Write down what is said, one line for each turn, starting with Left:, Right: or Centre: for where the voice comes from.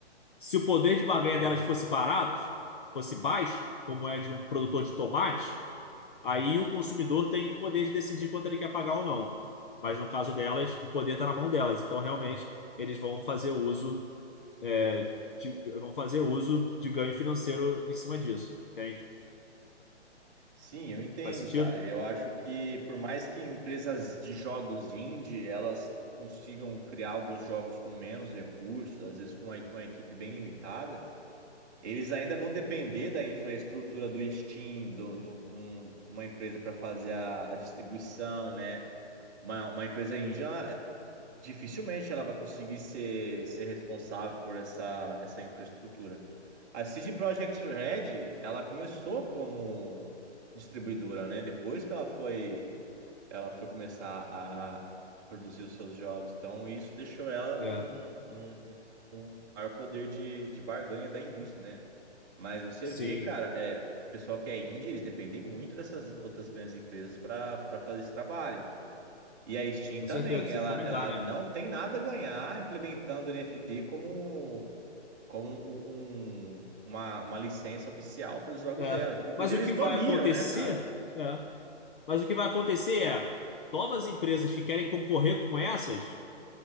Left: Se o poder de barganha delas fosse barato, fosse baixo, como é de um produtor de tomate, aí o consumidor tem o poder de decidir quanto ele quer pagar ou não. Mas no caso delas, o poder está na mão delas. Então, realmente, eles vão fazer uso é, de, vão fazer uso de ganho financeiro em cima disso, entende?
Right: sim, eu entendo,
Left: Faz sentido?
Right: cara. Eu acho que por mais que empresas de jogos indie elas consigam criar alguns jogos com menos recursos, às vezes com uma, uma equipe bem limitada, eles ainda vão depender da infraestrutura do Steam, do, do- de um- de uma empresa para fazer a, a distribuição, né? Uma, uma empresa indie, ela- dificilmente ela vai conseguir ser, ser responsável por essa, essa infraestrutura. A CD Projekt Red, ela começou como distribuidora, né? Depois que ela foi, ela foi começar a produzir os seus jogos. Então, isso deixou ela num,
Left: É,
Right: num, num- com maior poder de, de barganha da indústria, né? Mas você
Left: sim,
Right: vê, cara, é, o pessoal que é indie, eles dependem muito dessas outras grandes empresas para para fazer esse trabalho. E a Steam
Left: com
Right: também,
Left: certeza, precisa
Right: ela,
Left: encomendar,
Right: ela
Left: né?
Right: não tem nada a ganhar implementando NFT como como um, um- uma, uma licença oficial para os jogos
Left: É.
Right: dela. Inclusive,
Left: Mas o que
Right: eles
Left: vai
Right: baniram,
Left: acontecer?
Right: né, cara?
Left: É. Mas o que vai acontecer é, novas empresas que querem concorrer com essas